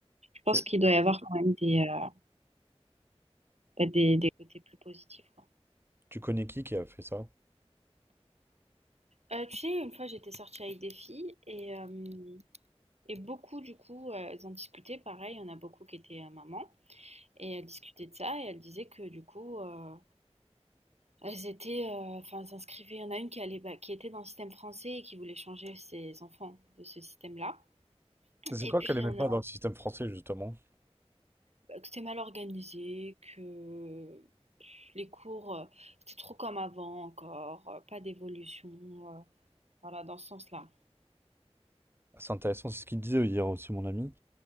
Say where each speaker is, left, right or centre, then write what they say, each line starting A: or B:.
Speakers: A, on the right; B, on the right.
A: je pense
B: Que-
A: qu'il doit y avoir quand même des, euh, bah, des, des côtés plus positifs. quoi.
B: Tu connais qui qui a fait ça?
A: Euh, tu sais, une fois j'étais sortie avec des filles et, euh, et beaucoup du coup euh, elles en discutaient, pareil, il y en a beaucoup qui étaient euh, mamans et elles discutaient de ça et elles disaient que du coup euh, elles étaient, euh, enfin elles s'inscrivaient, il y en a une qui allait, bah, qui était dans le système français et qui voulait changer ses enfants de ce système-là
B: Mais C'est
A: et
B: quoi
A: puis
B: qu'elle
A: il
B: aimait
A: y en
B: pas
A: a
B: dans le système français, justement?
A: bah, que c'était mal organisé, que les cours euh, c'était trop comme avant encore, euh, pas d'évolution, euh, voilà dans ce sens-là.
B: C'est intéressant, c'est ce qu'il disait hier aussi, mon ami.